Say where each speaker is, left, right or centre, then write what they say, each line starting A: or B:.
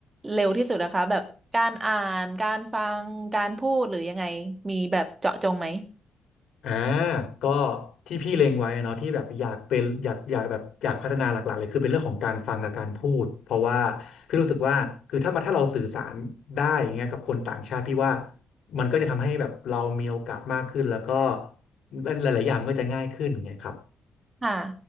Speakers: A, on the right; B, on the left.
A: เร็วที่สุดนะคะแบบการอ่านการฟังการพูดหรือยังไงมีแบบเจาะจงไหม
B: อ่าก็ที่พี่เล็งไว้เนาะที่แบบอยากเป็นอยากอยากแบบอยากพัฒนาหลักๆเลยคือเป็นเรื่องของการฟังกับการพูดเพราะว่าพี่รู้สึกว่าคือถ้ามาถ้าเราสื่อสารได้อย่างเงี้ยกับคนต่างชาติพี่ว่ามันก็จะทำให้แบบเรามีโอกาสมากขึ้นแล้วก็หลายๆอย่างมันก็จะง่ายขึ้นไงครับ
A: ค่ะ